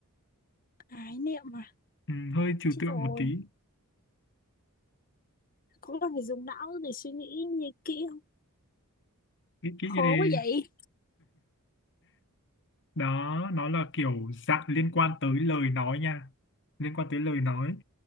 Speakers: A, on the left; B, on the left.
A: Ái niệm à.
B: ừ, hơi trừu
A: Chết
B: tượng
A: rồi.
B: một tí.
A: Có cần phải dùng não để suy nghĩ nghĩ kỹ không?
B: Nghĩ kỹ
A: Khó
B: đi.
A: quá vậy.
B: đó nó là kiểu dạng liên quan tới lời nói nha liên quan tới lời nói